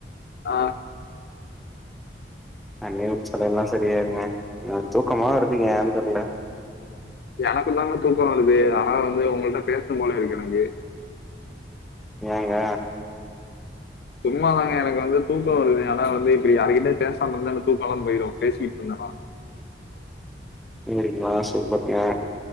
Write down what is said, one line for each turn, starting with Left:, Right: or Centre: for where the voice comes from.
Left: ஆ
Centre: அண்ணி உக்ச்சலல்லா சரியாய்ருங்க அ தூக்கமா வருதுங்க ஏன்னு தெர்ல
Left: எனக்கு தாங்க தூக்கோ வருது ஆனா வந்து உங்கள்ட பேஸ்னும் போல இருக்கு எனக்கு
Centre: ஏங்க
Left: சும்மாதாங்க எனக்கு வந்து தூக்கோ வருது ஆனா வந்து இப்பிடி யார்கிட்ட பேசாம இருந்தால தூக்கலாம் போய்ரு பேசிட்ருந்தனா
Centre: மூ எடிக்கிங்ளா சூப்பர் யே